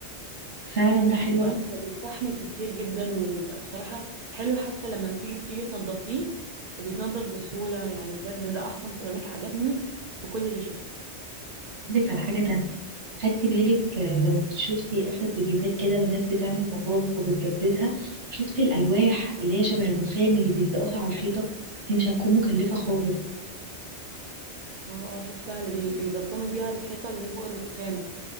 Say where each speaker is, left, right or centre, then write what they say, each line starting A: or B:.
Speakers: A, on the right; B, on the right.
A: فعلا ده حلو
B: فعلا هو بيستحمل كتير جدا وبيبقى بصراحه حلو حتى لما تيجي تيجي تنضفيه بيتنضف بسهوله يعني بجد ده احسن سيراميك عجبني في كل اللي شفته
A: لك على حاجة تانية خدتي بالك آه، لو شفتي آخر فيديوهات كده لناس بتعمل مطابخ وبتجددها شفتي الألواح اللي هي شبه الرخام اللي بيلزقوها على الحيطة دي مش هتكون مكلفة خالص
B: اه اه شفتها اللي بي- بيبطنوا بيها الحيطه اللي هي فوق الرخامه